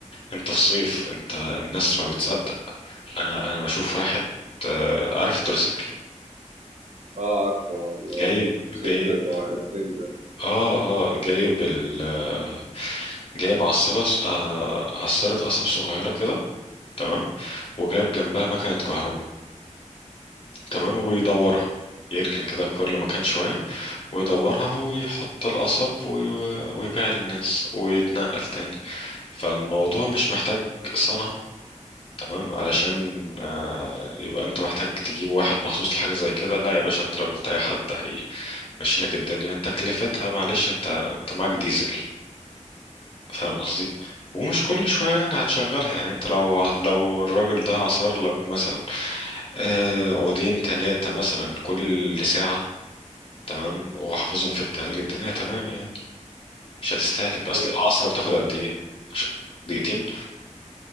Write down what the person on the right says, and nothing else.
آه، عارفه اللي هو
موتوسيكل
يبقى عجلتين ده
هي